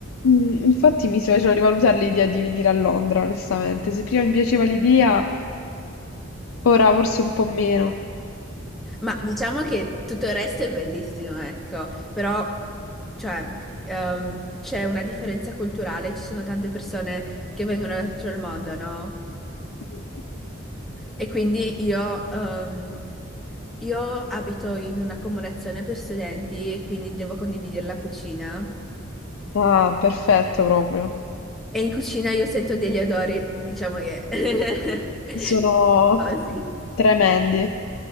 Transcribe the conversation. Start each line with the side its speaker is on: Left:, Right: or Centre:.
Left: Mm, infatti mi si faceva rivalutare l'idea di venire a Londra, onestamente. Se prima mi piaceva l'idea, Ora forse un po' meno.
Centre: Ma diciamo che tutto il resto è bellissimo, ecco. Però, cioè, ehm, c'è una differenza culturale, ci sono tante persone che vengono da tutto il mondo, no?
Left: Mm.
Centre: E quindi io, ehm, io abito in un'accomodazione per studenti e quindi devo condividere la cucina.
Left: Ah, perfetto proprio.
Centre: E in cucina io sento degli odori, diciamo che... <laughs>
Left: Sono
Centre: Così.
Left: tremendi.